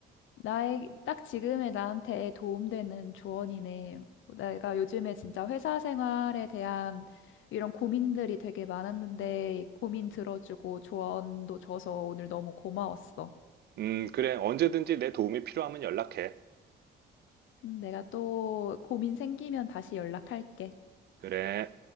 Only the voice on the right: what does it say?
음, 그래. 언제든지 내 도움이 필요하면 연락해.
그래.